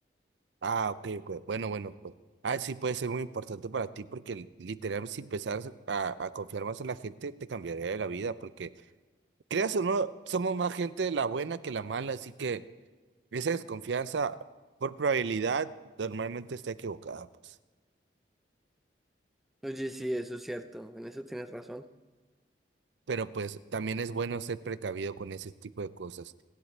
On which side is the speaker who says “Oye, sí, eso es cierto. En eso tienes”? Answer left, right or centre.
Centre